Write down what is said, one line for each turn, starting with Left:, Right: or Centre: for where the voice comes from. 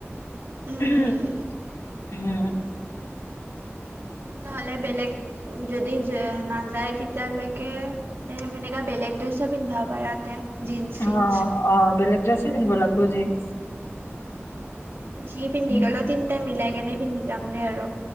Right: উম,
Left: হম হম।
Right: নহ'লে বেলেগ যদি নাযায় তেতিয়ালৈকে তে এনেকা বেলেগ ড্ৰেছৰ পিন্ধবা পাৰা তে জীন্স চিন্স
Left: অ অ বেলেগ ড্ৰেছে পিন্ধিব লাগিব জীন্স
Right: যি পিন্ধি
Left: উম
Right: গলো তিনটাই মিলাই কেনে পিন্ধি যাম দে আৰ।